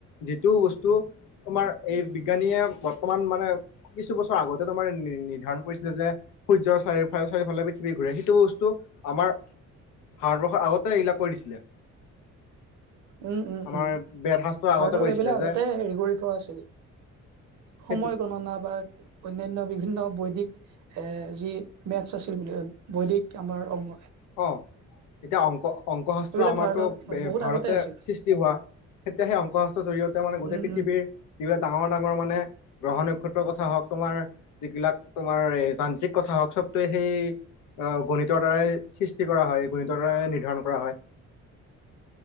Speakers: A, on the left (about 85°); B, on the right (about 70°).
A: যিটো বস্তু তোমাৰ এই বিজ্ঞানীয়ে অকমান মানে কিছু বছৰ আগতে তোমাৰ নিৰ্ধাৰণ কৰিছিলে যে সূৰ্যৰ চাৰিওফালে চাৰিওফালে পৃথিৱী সিটো বস্তু আমাৰ ভাৰতবৰ্ষৰ আগতে এইবিলাক কৰি দিছিলে।
B: উম উম
A: আমাৰ
B: উম
A: বৰ শাস্ত্ৰৰ
B: ভাৰতত
A: আগতে কৰিছিলে
B: এইবিলাক আগতে
A: যে
B: হেৰি কৰি থোৱা আছিল
A: <inaudible>
B: সময় গণনা বা অনান্য বি ন বৈদিক এ যি মেথছ আছিল বুলি বৈদিক আমাৰ অংগ।
A: অ, এতিয়া অংকঅংক শাস্ত্ৰ
B: এইবিলাক
A: আমাৰতো
B: ভাৰতত
A: এ
B: বহুত
A: ভাৰত
B: আগতে আছিল
A: সৃষ্টি হোৱা তেতিয়া সেই অংক শাস্ত্ৰৰ জৰিয়তে মানে গোটেই
B: উম
A: পৃথিৱীৰ
B: উম
A: বিলাক ডাঙৰ ডাঙৰ মানে গ্ৰহ নক্ষত্ৰৰ কথা কথা হওক তোমাৰ যিবিলাক তোমাৰ যান্ত্ৰিক কথা হওক চবটোৱে সেই অ গণিতৰ দ্বাৰাই সৃষ্টি কৰা হয় গণিতৰ দাৰাই নিৰ্ধাৰণ কৰা হয়।